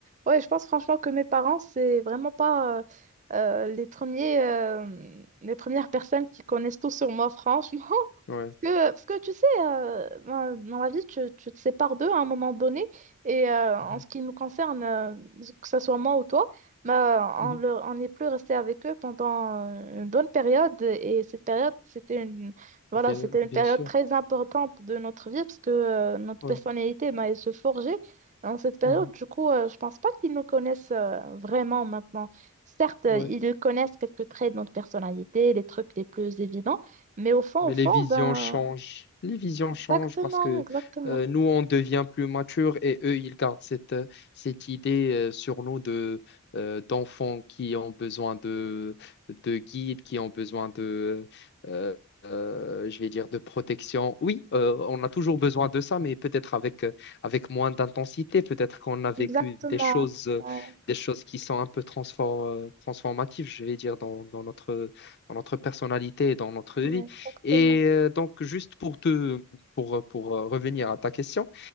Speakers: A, on the right (about 35°); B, on the left (about 50°).
A: ouais, je pense franchement que mes parents, c'est vraiment pas euh, euh, les premiers, euh, les premières personnes qui connaissent tout sur moi, franchement. <laughs>
B: ouais.
A: Parce que, parce que tu sais, euh, ben, dans la vie, tu, tu te sépares d'eux à un moment donné. Et euh, en
B: Mhm.
A: ce qui nous concerne, euh, que ce soit moi ou toi, bah, on
B: Mhm.
A: leur- on n'est plus resté avec eux pendant euh, une bonne période. Et cette période, c'était voilà,
B: Bien,
A: c'était
B: bien
A: une période
B: sûr.
A: très importante de notre vie parce que euh, notre
B: Ouais.
A: personnalité, ben, elle se forgeait en cette période.
B: Mhm.
A: Du coup, euh, je pense pas qu'ils nous connaissent euh, vraiment maintenant. Certes, euh,
B: Ouais.
A: ils connaissent quelques traits de notre personnalité, les trucs les plus évidents, mais au fond,
B: Mais
A: au fond,
B: les visions
A: ben,
B: changent. Les visions changent
A: exactement,
B: parce que
A: exactement,
B: euh, nous, on devient plus mature et eux, ils gardent cette, euh, cette idée euh, sur nous de, euh, d'enfants qui ont besoin de, de guides, qui ont besoin de, euh, euh, je vais dire, de protection. Oui, euh, on a toujours besoin de ça, mais peut-être avec, euh, avec moins d'intensité. Peut-être qu'on a vécu
A: exactement.
B: des choses, euh,
A: Ouais,
B: des choses qui sont un peu transfor- euh, transformatives, je vais dire, dans, dans notre, dans notre personnalité et dans notre vie.
A: ouais, exactement.
B: Et euh, donc, juste pour te, pour, euh, pour euh, revenir à ta question,